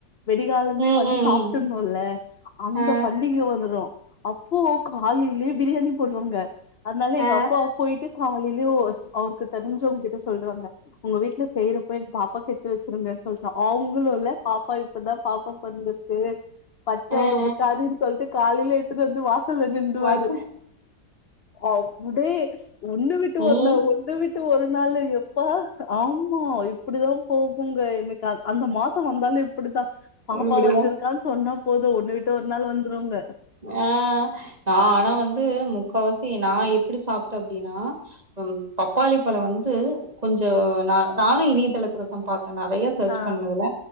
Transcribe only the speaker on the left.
வெடிகாலமே
வந்து
சாப்டடுணுல்ல
அந்த
பள்ளிக வந்துரு அப்போ காலையிலயே பிரியாணி போடுவாங்க அதனால எங்க
அப்பா போயிட்டு காலையிலயே அவருக்கு தெரிஞ்சவங்ககிட்ட சொல்றாங்க உங்க வீட்டுல செய்யறப்போ எங்க பாப்பாக்கு எடுத்து வச்சிருங்கன்னு சொல்டு அவங்களு இல்ல பாப்பா இப்பதா பாப்பா பொறந்திருக்கு பச்ச
ஒடம்புக்காரின்னு சொல்லிட்டு காலையில எடுத்துட்டு வந்து வாச வாசல்ல நின்ருவாரு
அப்டியே ஒண்ணு விட்டு
ஓரு நாள் தவிட்டு ஒரு நாள் எப்பா ஆமா இப்படிதா போகுங்க எனக்கு அந்த மாசோ வந்தாலே இப்படிதா
பாப்பா வந்திருக்கான்னு சொன்ன போது ஒண்ணு விட்டு ஒரு நாள் வந்துருவங்க
ஆ